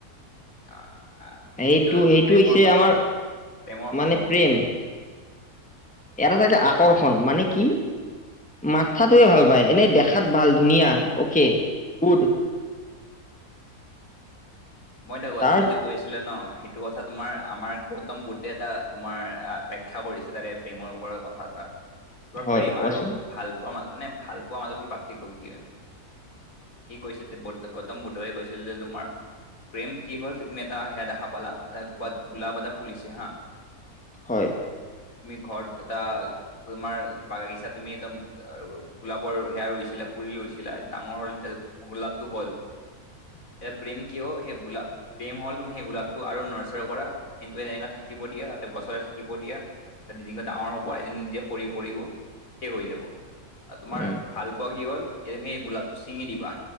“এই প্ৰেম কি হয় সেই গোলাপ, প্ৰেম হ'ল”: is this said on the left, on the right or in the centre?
Left